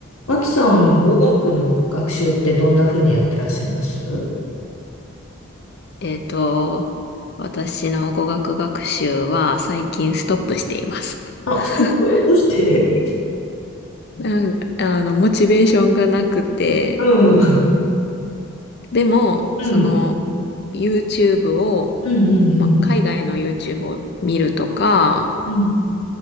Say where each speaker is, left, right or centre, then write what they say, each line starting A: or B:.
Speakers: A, on the left (about 80°); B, on the left (about 50°).
A: 脇さん、語学の学習ってどんな風にやってらっしゃいます
B: えっと、私の語学学習は最近ストップしています。
A: あ、
B: <laughs>
A: そう、どうして
B: なんあの、モチベーションがなくて、
A: <laughs> うん。
B: でも、
A: うん。
B: その、YouTube を、
A: うんうんうん。
B: まあ、海外の YouTube を見るとか、
A: うん。